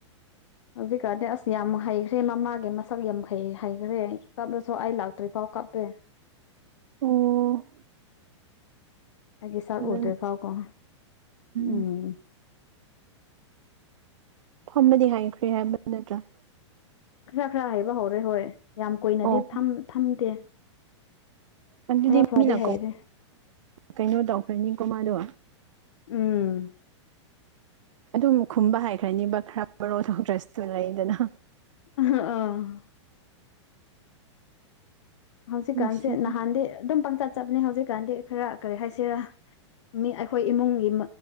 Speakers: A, on the left; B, on the right.
A: ꯍꯧꯖꯤꯛꯀꯥꯟꯗꯤ ꯑꯁ ꯌꯥꯝ ꯍꯩꯈ꯭ꯔꯦ ꯃꯃꯥꯒꯤ ꯃꯁꯛ ꯌꯥꯝ ꯍꯩ ꯍꯩꯈ꯭ꯔꯦ ꯀꯞꯂꯁꯨ ꯑꯩ ꯂꯥꯛꯇ꯭ꯔꯤꯐꯥꯎ ꯀꯞꯄꯦ
B: ꯎꯝ
A: ꯑꯩꯒꯤ ꯁꯛ
B: ꯎꯝ
A: ꯎꯗ꯭ꯔꯤꯐꯥꯎꯀꯣ ꯎꯝ
B: <unintelligible> ꯐꯝꯕꯗꯤ ꯍꯩꯈ꯭ꯔꯦ ꯍꯥꯏꯕ ꯅꯠꯇ꯭ꯔꯥ
A: ꯈꯔ ꯈꯔ ꯍꯩꯕ ꯍꯧꯔꯦ ꯍꯣꯏ ꯌꯥꯝ ꯀꯨꯏꯅꯗꯤ
B: ꯑꯣ
A: ꯐꯝ ꯐꯝꯗꯦ
B: ꯑꯗꯨꯗꯤ
A: ꯈꯔ ꯈꯔꯗꯤ
B: ꯃꯤꯅ
A: ꯍꯩꯔꯦ
B: ꯀꯩꯅꯣ ꯇꯧꯈ꯭ꯔꯅꯤꯀꯣ ꯃꯥꯗꯣ
A: ꯎꯝ
B: ꯑꯗꯨꯝ ꯈꯨꯝꯕ ꯍꯩꯈ꯭ꯔꯅꯤꯕ ꯈꯔ ꯃꯔꯣꯜ ꯊꯣꯛꯇ꯭ꯔꯁꯨ ꯂꯩꯗꯅ
A: ꯑ ꯑꯥ ꯍꯧꯖꯤꯛꯀꯥꯟꯁꯦ
B: ꯅꯨꯡꯁꯤ
A: ꯅꯍꯥꯟꯗꯤ ꯑꯗꯨꯝ ꯄꯪꯆꯠ ꯆꯠꯄꯅꯦ ꯍꯧꯖꯤꯛꯀꯥꯟꯗꯤ ꯈꯔ ꯀꯔꯤ ꯍꯥꯏꯁꯤꯔꯥ ꯃꯤ ꯑꯩꯈꯣꯏ ꯏꯃꯨꯡꯒꯤ